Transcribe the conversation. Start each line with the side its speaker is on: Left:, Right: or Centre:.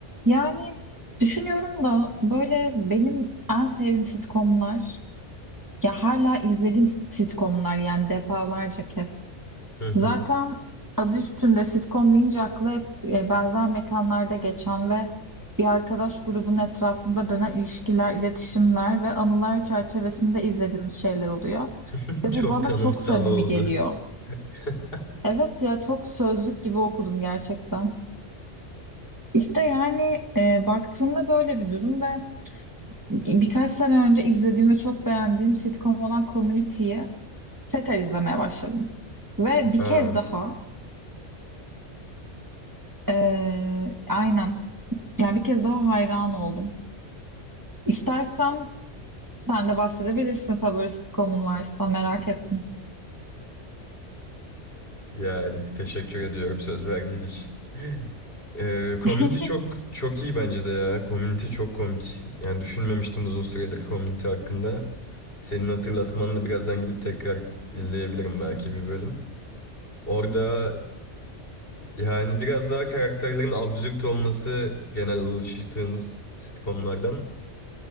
Right: Yani düşünüyorum da böyle benim en sevdiğim sitcomlar ya hala izlediğim sitcomlar yani defalarca kez.
Left: Hı hı.
Right: Zaten adı üstünde sitcom deyince akla hep e, benzer mekanlarda geçen ve bir arkadaş grubunun etrafında dönen ilişkiler, iletişimler ve anılar çerçevesinde izlediğimiz şeyler oluyor.
Left: <laughs>
Right: Ve
Left: Çok
Right: bu bana
Left: tanımsal
Right: çok samimi
Left: oldu.
Right: geliyor.
Left: <laughs>
Right: Evet ya çok sözlük gibi okudum gerçekten. İşte yani e, baktığında böyle bir durum ve Birkaç sene önce izlediğim ve çok beğendiğim sitcom olan Community'yi tekrar izlemeye başladım. Ve bir
Left: Aa.
Right: kez daha eee, aynen yani bir kez daha hayran oldum. İstersen sen de bahsedebilirsin favori sitcomun varsa merak ettim.
Left: Yani teşekkür ediyorum söz verdiğin için. Ee, Community
Right: <laughs>
Left: çok çok iyi bence de ya. Community çok komik. Yani düşünmemiştim uzun süredir Community hakkında. Senin hatırlatmanla birazdan gidip tekrar izleyebilirim belki bir bölüm. Orada yani biraz daha karakterlerin absürt olması genel alıştığımız sitcomlardan